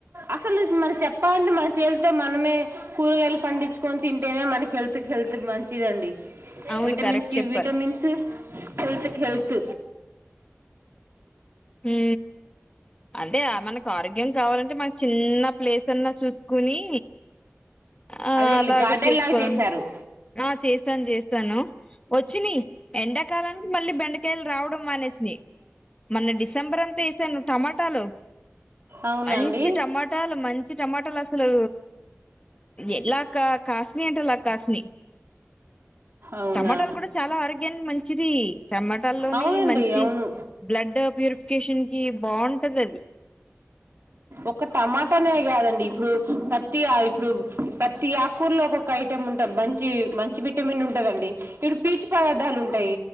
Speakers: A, on the right; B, on the left.
A: అసలు మన చెప్పాలంటే మన చేత్తో మనమే కూరగాయలు పండించుకొని తింటేనే మనకి హెల్త్ హెల్త్ మంచిదండి
B: అవును
A: విటమిన్స్
B: కరెక్ట్
A: కి
B: చెప్పారు
A: విటమిన్స్ హెల్త్ కి హెల్త్
B: ఉ అంటే మనకు ఆరోగ్యం కావాలంటే మన చిన్న ప్లేస్ అన్నా చూసుకుని ఆ
A: అదే
B: అలాగ
A: గార్డెన్
B: చేసుకోవాలం
A: లాగా చేశారు
B: ఆ చేసాను చేసాను వచ్చిని ఎండా కాలం మళ్ళీ బెండకాయలు రావడం మానేసినయి మొన్న డిసెంబర్ అంతా వేసాను టమాటాలు
A: అవునా
B: మంచి
A: అండి
B: టమాటాలు మంచి టమాటాలు అసలు ఇలా కా కాసినయ్ అంటే అలా కాసినయ్
A: అవునా
B: టమాటాలు కూడా చాలా ఆరోగ్యానికి మంచిది టమాటాల్లోని
A: అవునండి
B: మంచి
A: అవును
B: బ్లడ్ ప్యూరిఫై కేషన్ కి బాగుంటది అది
A: ఒక టమాటానే కాదండి ఇప్పుడు ప్రతి ఇప్పుడు ప్రతి ఆకూర్లో ఒక్కొక్క ఐటెం ఉంటా మంచి మంచి విటమిన్ ఉంటదండి ఇప్పుడు పీచు పదార్ధాలు ఉంటాయి